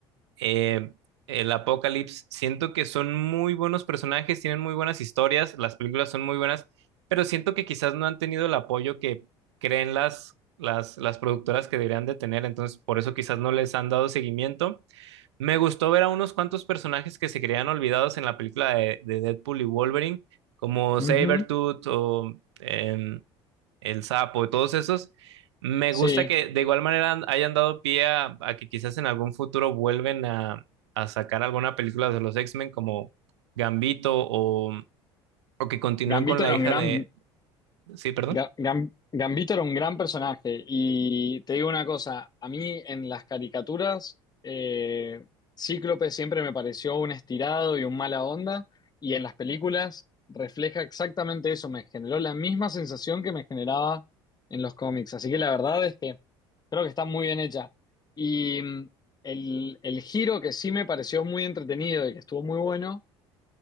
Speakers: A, on the right; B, on the left.
A: eh, el Apocalipsis, siento que son muy buenos personajes, tienen muy buenas historias, las películas son muy buenas, pero siento que quizás no han tenido el apoyo que creen las, las, las productoras que deberían de tener, entonces por eso quizás no les han dado seguimiento. Me gustó ver a unos cuantos personajes que se creían olvidados en la película de, de Deadpool y Wolverine, como
B: ujú,
A: Sabretooth o... em, el Sapo, todos esos. Me
B: sí.
A: gusta que de igual manera han- hayan dado pie a, a que quizás en algún futuro vuelven a, a sacar alguna película de los X-Men como Gambito o, o que continúen
B: Gambito
A: con la
B: era
A: hija
B: un gran,
A: de... Sí, perdón.
B: Ga- Gam- Gambito era un gran personaje y te digo una cosa, a mí en las caricaturas eh, Cíclope siempre me pareció un estirado y un mala onda y en las películas refleja exactamente eso, me generó la misma sensación que me generaba en los cómics, así que la verdad es que creo que está muy bien hecha y mm, el, el giro que sí me pareció muy entretenido y que estuvo muy bueno